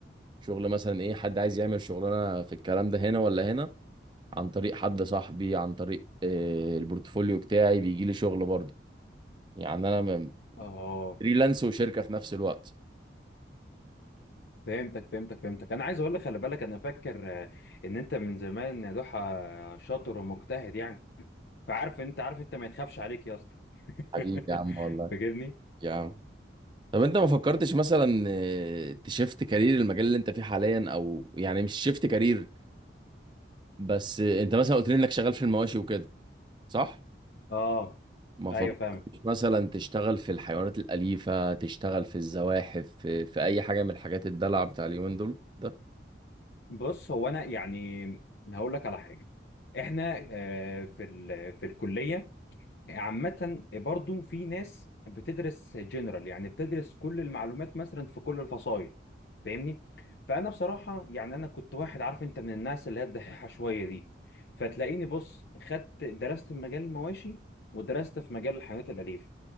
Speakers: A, on the right; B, on the left.
A: شغل مثلا ايه حد عايز يعمل شغلانه في الكلام ده هنا ولا هنا عن طريق حد صاحبي عن طريق آه، البورتفوليو بتاعي بيجي لي شغل برضه يعني انا م-
B: اه
A: فريلانس وشركه في نفس الوقت
B: فهمتك فهمتك فهمتك انا عايز اقول لك خلي بالك انا فاكر آه، ان انت من زمان يا ضحى آه، شاطر ومجتهد يعني فعارف انت عارف انت ما يتخافش عليك يا اسطى
A: حبيبي
B: <laughs>
A: يا عم والله
B: فاكرني
A: يا عم طب انت ما فكرتش مثلا آه، تشفت كارير المجال اللي انت فيه حاليا او يعني مش شفت كارير بس آه، انت مثلا قلت لي انك شغال في المواشي وكده صح
B: اه
A: ما
B: ايوه
A: فكرتش
B: فاهم
A: مثلا تشتغل في الحيوانات الأليفة تشتغل في الزواحف في, في أي حاجة من الحاجات الدلع بتاع اليومين دول ده
B: بص هو انا يعني هقول لك على حاجه احنا آه، في ال- في الكليه عامة برضو في ناس بتدرس جنرال يعني بتدرس كل المعلومات مثلا في كل الفصائل فاهمني فأنا بصراحة يعني أنا كنت واحد عارف أنت من الناس اللي هي الدحيحة شوية دي فتلاقيني بص خدت درست في مجال المواشي ودرست في مجال الحيوانات الأليفة